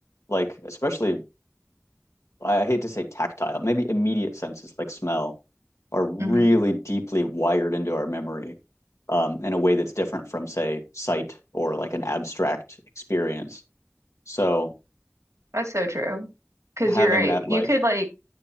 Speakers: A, on the left; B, on the right.
A: like especially I I hate to say tactile, maybe immediate senses like smell are really
B: hmm
A: deeply wired into our memory, um, in a way that's different from say sight or like an abstract experience. So
B: That's so true. Because
A: having
B: you're right.
A: that
B: You
A: like,
B: could like